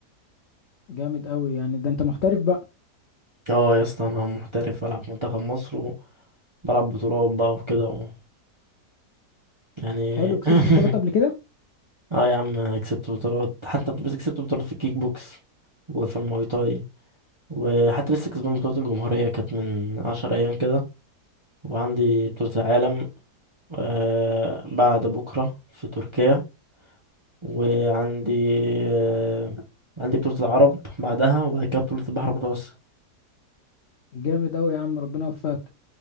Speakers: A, on the left (about 70°); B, on the right (about 30°).
A: جامد قوي يعني ده انت محترف بقى
B: اه يا اسطى انا محترف بلعب منتخب مصر وبلعب بطولات بقى وكده و... يعني
A: حلو كسبت
B: <laughs>
A: بطولات قبل كده
B: اه يا عم كسبت بطولات حتى بس كسبت بطولات في الكيك بوكس وفي الماي تاي وحتى لسه كسبان بطولة الجمهورية كانت من عشر أيام كده وعندي بطولة العالم آه، بعد بكرة في تركيا وعندي آه، عندي بطولة العرب بعدها وبعد كده بطولة البحر المتوسط
A: جامد قوي يا عم ربنا يوفقك